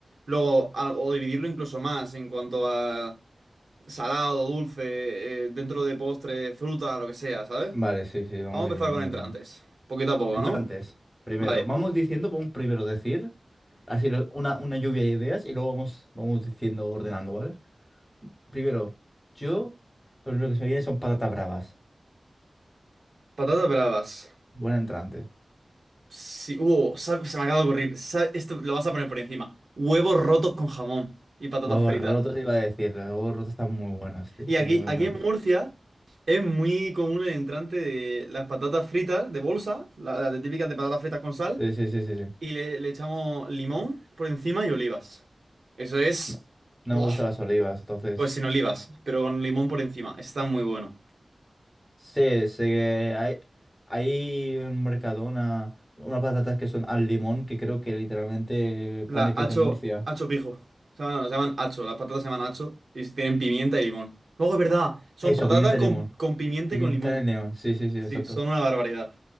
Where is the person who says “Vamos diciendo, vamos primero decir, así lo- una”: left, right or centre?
Left